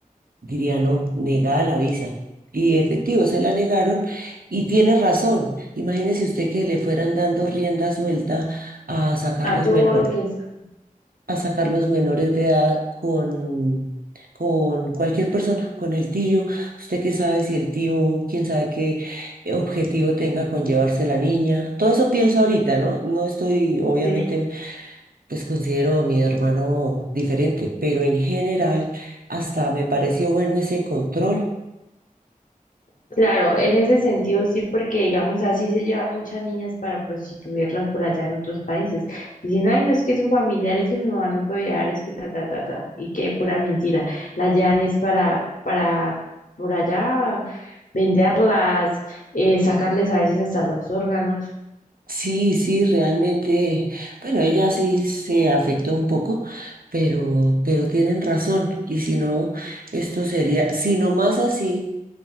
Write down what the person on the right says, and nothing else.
diría no, negada la visa. Y efectivo, se la negaron y tiene razón. Imagínese usted que le fueran dando rienda suelta a sacar
los
menor,
a sacar los menores de edad con, con cualquier persona, con el tío. Usted qué sabe si el tío, quién sabe qué objetivo tenga con llevarse la niña. Todo eso pienso ahorita, ¿no? No estoy, obviamente
pues considero a mi hermano diferente, pero en general hasta me pareció bueno ese control.
Sí, sí, realmente, bueno, ella sí se afectó un poco, pero, pero tienen razón. Y si no, esto sería, si no más así.